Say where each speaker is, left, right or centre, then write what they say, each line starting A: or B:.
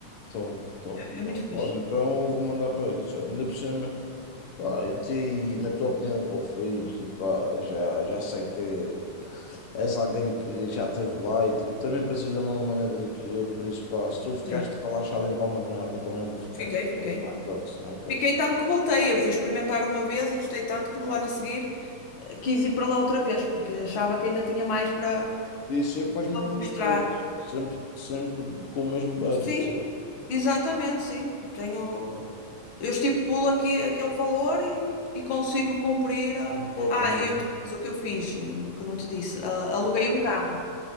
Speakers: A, on the left; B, on the left.
A: top, top.
B: É muito fixe.
A: Olha, então vou mandar para isso. Ainda por cima. Pá, e ti, na tua opinião, é que eu fiz? E pá, já, já sei que és alguém que já esteve lá e tipo, também pensas da mesma maneira do que eu, por isso, pá, se tu ficaste
B: Sim.
A: relaxado em Palma de Mallorca, eu também vou ficar.
B: Fiquei, fiquei.
A: Não é hipótese, não é hipótese.
B: Fiquei tanto que voltei. Eu fui experimentar uma vez e gostei tanto que no ano a seguir eh, quis ir para lá outra vez, porque achava que ainda tinha mais para,
A: E sempre aos mesmos
B: para me mostrar.
A: preços, sempre, sempre com o mesmo budget,
B: Sim,
A: sabe?
B: exatamente, sim. Tenho, eu estipulo aqui aquele valor e, e consigo cumprir a...
A: Volta,
B: Ah,
A: não
B: e
A: é?
B: outra coisa que eu fiz, que não te disse, a- aluguei um carro